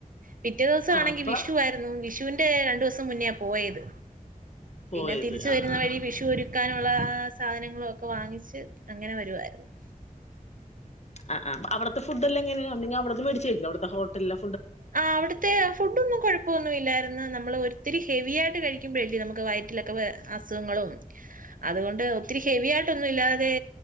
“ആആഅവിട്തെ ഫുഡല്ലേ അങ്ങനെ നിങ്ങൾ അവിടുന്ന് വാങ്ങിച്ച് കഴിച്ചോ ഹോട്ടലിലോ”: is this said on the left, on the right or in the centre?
Left